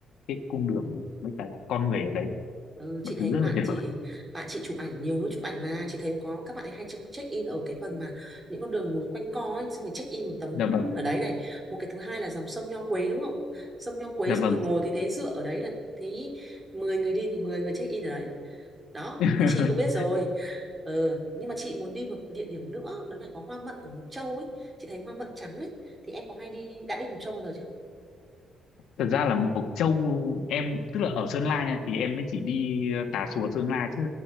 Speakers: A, on the left; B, on the right.
A: cái cung đường với cả là con người ở đấy
B: Ừ, chị
A: mọi
B: thấy
A: thứ
B: các
A: rất là
B: bạn
A: tuyệt
B: chị
A: vời
B: bạn chị chụp ảnh nhiều lúc chụp ảnh mà chị thấy có các bạn ấy hay check, check in ở cái phần mà những con đường núi quanh co ấy xong rồi check in một tấm
A: dạ vâng
B: ở đấy này một cái thứ hai là dòng sông Nho Quế đúng không sông Nho Quế
A: dạ
B: xong
A: vâng
B: rồi ngồi cái ghế dựa ở đấy là thì 10 người đi thì 10 người check in ở đấy đó
A: <laughs>
B: thì chị cũng biết rồi ừ, nhưng mà chị muốn đi một địa điểm nữa đó là có hoa mận của Mộc Châu ấy chị thấy hoa mận trắng ấy thì em có hay đi đã đi Mộc Châu bao giờ chưa
A: thật ra là Mộc Châu em tức là ở Sơn La nha thì em mới chỉ đi ờ, Tà Xùa Sơn La chứ